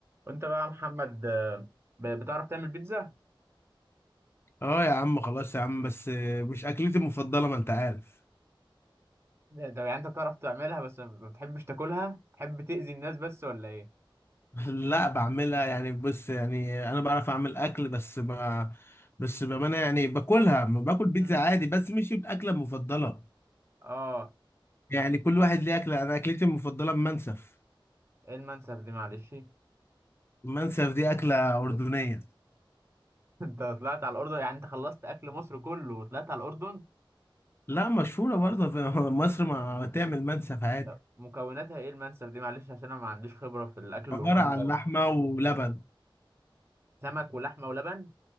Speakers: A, on the right; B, on the left.
A: وانت بقى يا محمد آه، ب- بتعرف تعمل بيتزا؟
B: اه يا عم خلاص يا عم بس مش اكلتي المفضله ما انت عارف
A: ده ده يعني انت بتعرف تعملها بس ما بتحبش تاكلها؟ بتحب تأذي الناس بس ولا ايه؟
B: <laughs> لا بعملها يعني بص يعني انا بعرف اعمل اكل بس ما بس بامانه يعني باكلها ما باكل بيتزا
A: امم
B: عادي بس مش الاكله المفضله
A: اه
B: يعني كل واحد ليه اكله انا اكلتي المفضله المنسف
A: ايه المنسف دي معلش <laughs>
B: المنسف دي اكله اردنيه
A: انت طلعت على الأردن يعني انت خلصت أكل مصر كله وطلعت على الأردن
B: لا مشهوره برضه في <laughs> مصر ما تعمل منسف عادي
A: طب مكوناتها ايه المنسف دي معلش عشان انا ما عنديش خبرة في الأكل الأردني
B: عباره عن
A: أوي
B: لحمه ولبن
A: سمك ولحمة ولبن